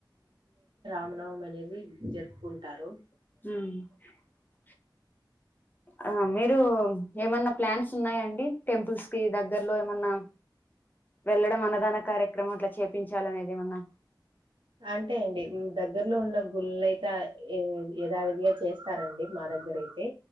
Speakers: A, on the right; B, on the left.
A: నవమి అనేది జరుపుకుంటారు
B: మ్ ఆ మీరు ఏమన్నా ప్లాన్స్ ఉన్నాయంండి టెంపుల్స్ కి దగ్గర్లో ఏమన్నా వెళ్ళడం అన్నదాన కార్యక్రమం అట్లా చేపించాల అనేది ఏమన్నా
A: అంటే అండి దగ్గరలో ఉన్న గుళ్లుయితే ఏ యధావిధిగా చేస్తారంండి మా దగ్గర అయితే